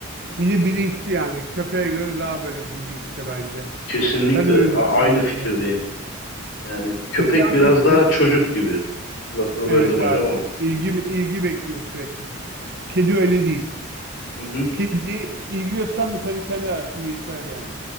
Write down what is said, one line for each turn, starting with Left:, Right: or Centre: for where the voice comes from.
Right: Bir de bilinçli yani. Köpeğe göre daha böyle bilinçli bence.
Left: Kesinlikle,
Right: Ben öyle
Left: a-
Right: düşünüyorum
Left: aynı fikirdeyim.
Right: en azından.
Left: Yani köpek
Right: Peki
Left: biraz
Right: abi
Left: daha
Right: senin
Left: çocuk gibi. Lafını
Right: Evet
Left: böldüm hocam
Right: abi.
Left: ama.
Right: İlgi, ilgi bekliyor sürekli. Kedi öyle değil.
Left: Hı hı.
Right: Kedi ilgi göstermese hani kendi arasında yeter yani.